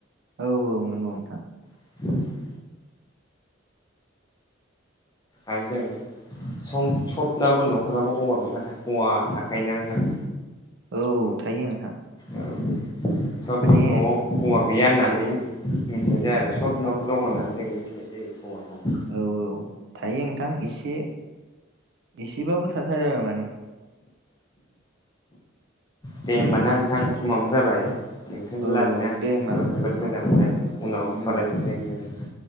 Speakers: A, on the right; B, on the left.
A: औ औ नंगौ नोंथां
B: <unintelligible> आरो जों सम सबनाबो न'खरावबो औवा बिफां औवा थाखायोना नोंथां
A: औ थायो नोंथां
B: औ सबनि
A: माने
B: न'आव अवा गैया होननानै
A: औ
B: मिथिनाय जाया आरो सबनावबो दङ होननानै जों मिथिनाय जायो अवाखौ
A: औ औ थायो नोंथां एसे एसेबाबो थाथारो आरो माने
B: दे होमबाना नोंथां समाबो जाबाय नोंथांजों
A: औ
B: रायलायनाया
A: औ
B: आं
A: दे
B: गोसोखौ
A: होमबा नोंथां
B: जोबोद
A: औ
B: मोजां मोनबाय उनाव
A: उम
B: सावरायफिनसै
A: उम
B: नोंथांजों